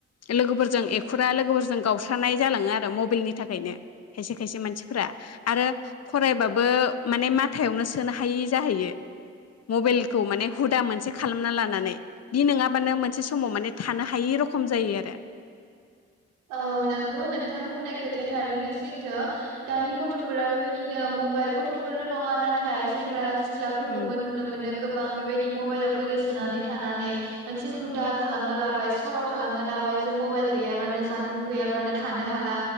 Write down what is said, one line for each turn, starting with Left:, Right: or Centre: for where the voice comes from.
Left: लोगोफोरजों एखुरा लोगोफोरजों गावस्रानाय जालाङो आरो मबाइलनि थाखायनो खायसे खायसे मानसिफोरा आरो फरायबाबो माने माथायावनो सोनो हायि जाहैयो मबाइलखौ माने हुदा मोनसे खालामना लानानै बि नङाबानो मोनसे समाव माने थानो हायि र खम जायो आरो।
Right: औ नंगौ नोंथांनि होननाय खोथाया थारैनो सैथो दानि गथ'फोरा बेबायदिनो मबाइल गथ'फोरल' नङा नाथाय सेंग्रा सिख्लाफोरखौबो
Left: उम
Right: नुनो मोनो गोबां बेबाय दि मबाइलाव गोदो सोनानै थानानै मोनसे हुदा खालामना लाबाय सर' खालामना लाबाय जे मबाइल गैयाबानो जानबुं गैयाब्लानो थानो हाला,